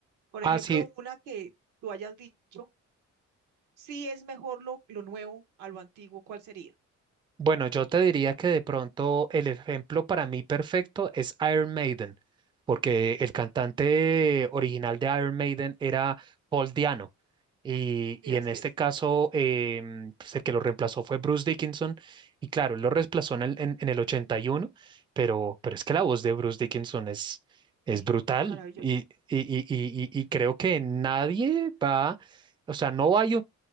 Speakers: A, on the right (about 80°); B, on the right (about 15°).
A: Por
B: ah,
A: ejemplo,
B: sí,
A: una que tú hayas dicho, sí es mejor lo, lo nuevo a lo antiguo, ¿cuál sería?
B: Bueno, yo te diría que de pronto el ejemplo para mí perfecto es Iron Maiden, porque el cantante original de Iron Maiden era Paul Diano. Y,
A: Sí,
B: y
A: así
B: en este
A: es.
B: caso, em, pues, el que lo reemplazó fue Bruce Dickinson. Y claro, él lo reemplazó en el, en, en el 81, pero, pero es que la voz de Bruce Dickinson es, es
A: Sí,
B: brutal.
A: maravilloso.
B: Y, y, y, y,
A: Sí.
B: y y creo que nadie va, o sea, no hay